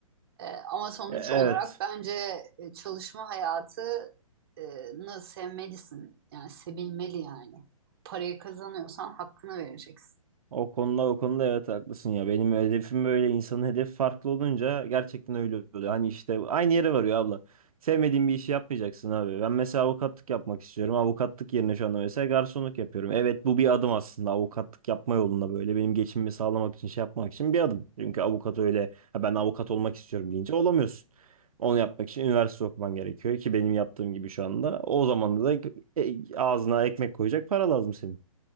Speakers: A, on the right; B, on the right.
A: Ee, ama sonuç
B: E- Evet.
A: olarak bence e, çalışma hayatını sevmelisin. Yani sevilmeli yani. Parayı kazanıyorsan hakkını vereceksin.
B: O konuda o konuda evet haklısın ya. Benim hedefim böyle insanın hedefi farklı olunca gerçekten öyle oluyor. Hani işte aynı yere varıyor abla. Sevmediğin bir işi yapmayacaksın abi. Ben mesela avukatlık yapmak istiyorum. Avukatlık yerine şu anda mesela garsonluk yapıyorum. Evet bu bir adım aslında avukatlık yapma yolunda böyle benim geçimimi sağlamak için şey yapmak için bir adım. Çünkü avukat öyle ha ben avukat olmak istiyorum deyince olamıyorsun. Onu yapmak için üniversite okuman gerekiyor ki benim yaptığım gibi şu anda. O zaman da e, ağzına ekmek koyacak para lazım senin.